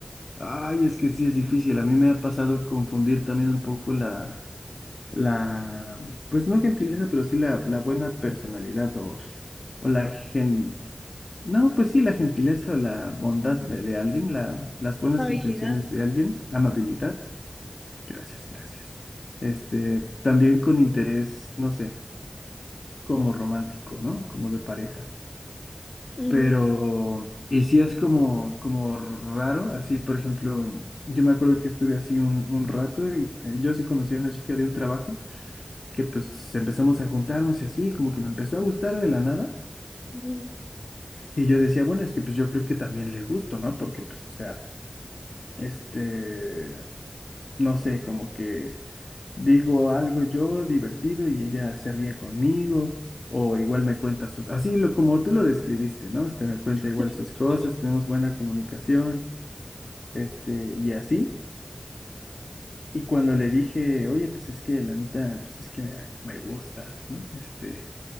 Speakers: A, on the left; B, on the left.
A: Ay, es que sí es difícil. A mí me ha pasado confundir también un poco la, la, pues no gentileza, pero sí la, la buena personalidad o, o la gen, no, pues sí, la gentileza o la bondad de, de alguien, la, las buenas
B: Habilidad.
A: intenciones de alguien, amabilidad. Gracias, gracias. Este, también con interés, no sé, como romántico, ¿no? Como de pareja.
B: Ujú,
A: Pero, y sí es como, como raro, así, por ejemplo, yo me acuerdo que estuve así un, un rato y eh, yo sí conocí a una chica de un trabajo que pues empezamos a juntarnos y así, como que me empezó a gustar de la nada.
B: ujú.
A: Y yo decía, bueno, es que pues yo creo que también le gusto, ¿no? Porque pues, o sea, este, no sé, como que digo algo yo divertido y ella se ríe conmigo. O igual me cuenta sus, así lo, como tú lo describiste, ¿no? Este me cuenta igual
B: <laughs>
A: sus cosas, tenemos buena comunicación, este, y así. Y cuando le dije, oye, pues es que la neta, pues es que me, me gustas, ¿no? Este,